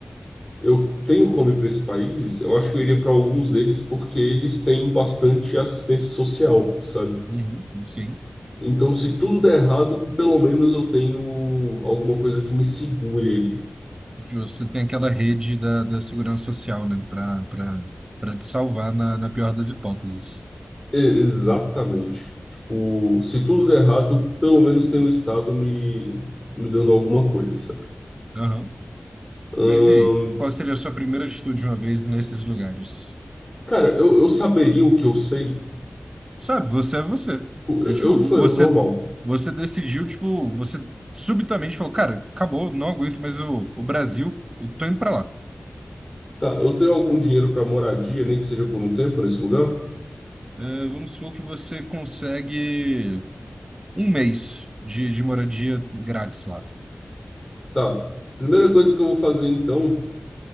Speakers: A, on the left; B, on the right.
A: eu tenho como ir para esses países, eu acho que eu iria para alguns deles porque eles têm bastante assistência social, sabe?
B: Uhum, sim.
A: Então, se tudo der errado, pelo menos eu tenho alguma coisa que me segure ali.
B: Justo. Você tem aquela rede da, da segurança social, né? para para pra te salvar na, na pior das hipóteses.
A: E- exatamente. Tipo, se tudo der errado, pelo menos tem o Estado me, me dando alguma coisa, sabe?
B: Aham. Mas
A: Ahn,
B: e aí? Qual seria a sua primeira atitude uma vez nesses lugares?
A: cara, eu, eu saberia o que eu sei.
B: Sabe, você é você.
A: Tipo,
B: É
A: Eu
B: tipo,
A: eu sou
B: você,
A: eu normal.
B: você decidiu, tipo, você subitamente falou, cara, acabou, não aguento mais o, o Brasil, eu tô indo pra lá.
A: Tá, eu tenho algum dinheiro para moradia, nem que seja por um tempo nesse lugar?
B: É, vamos supor que você consegue um mês de, de moradia grátis lá.
A: Tá. Primeira coisa que eu vou fazer então